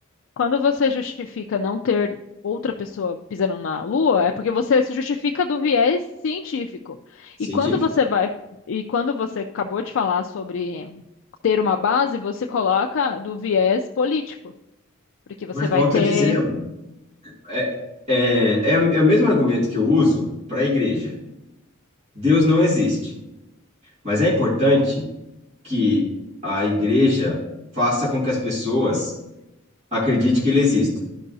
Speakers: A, on the left (about 65°); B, on the right (about 30°).
A: quando você justifica não ter outra pessoa pisando na Lua, é porque você se justifica do viés científico.
B: científico.
A: E quando você vai, e quando você acabou de falar sobre ter uma base, você coloca do viés político, porque você
B: Mas
A: vai
B: volto
A: ter,
B: a dizer, amor, é, é, é, é o mesmo argumento que eu uso para a igreja. Deus não existe, mas é importante que a igreja faça com que as pessoas acredite que ele exista.